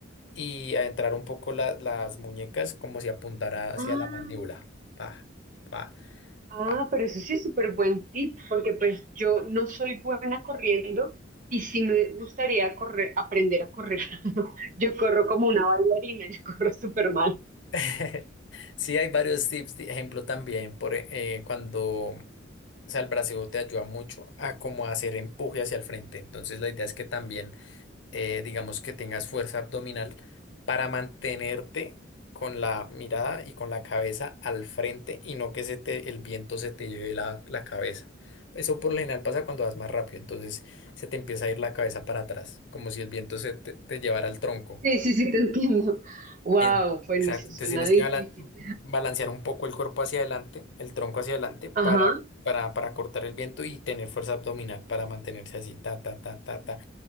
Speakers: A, on the left; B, on the right.
A: y adentrar un poco la- las muñecas como si apuntara
B: ah,
A: hacia la mandíbula, pa, pa,
B: Ah,
A: pa.
B: pero eso sí es súper buen tip, porque pues yo no soy buena corriendo y sí me gustaría correr, aprender a correr. <laughs> Yo corro como una bailarina, yo corro súper mal.
A: <laughs> Sí, hay varios tips, de ejemplo también, por eh, cuando, o sea, el brasileo te ayuda mucho a como hacer empuje hacia el frente. Entonces la idea es que también, eh, digamos que tengas fuerza abdominal para mantenerte con la mirada y con la cabeza al frente y no que se te, el viento se te lleve la, la cabeza. Eso por lo general pasa cuando vas más rápido, entonces se te empieza a ir la cabeza para atrás, como si el viento se te te llevara al tronco.
B: Sí, sí, sí, te entiendo. Wow,
A: En-
B: bueno,
A: exacto,
B: eso suena
A: entonces tienes
B: difícil.
A: que bala- balancear un poco el cuerpo hacia adelante, el tronco hacia adelante, para,
B: Ajá.
A: para, para cortar el viento y tener fuerza abdominal para mantenerse así, ta, ta, ta, ta, ta.